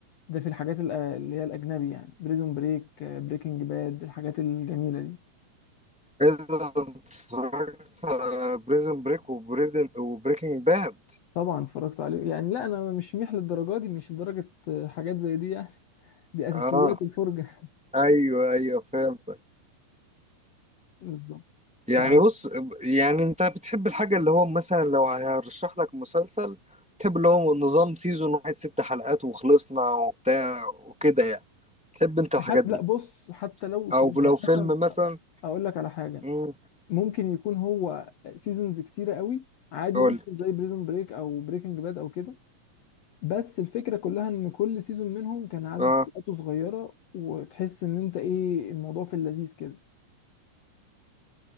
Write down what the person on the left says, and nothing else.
ده في الحاجات ال- اللي هي الأجنبي يعني بريزون بريك بريكنج باد الحاجات الجميلة دي
طبعا اتفرجت عليه يعني لا انا مش ميح للدرجه دي مش لدرجه حاجات زي دي يعني دي اساسيات
الفرجه
بالظبط
ف
حتى
لا بص حتى لو طو-
يعني
مثلا
اقول لك على حاجه
ممكن يكون هو سيزونز كتيره قوي عادي
مثلا زي بريزون بريك او بريكنج باد او كده بس الفكره كلها ان كل سيزون منهم كان عدد
حلقاته صغيره وتحس ان انت ايه الموضوع في اللذيذ كده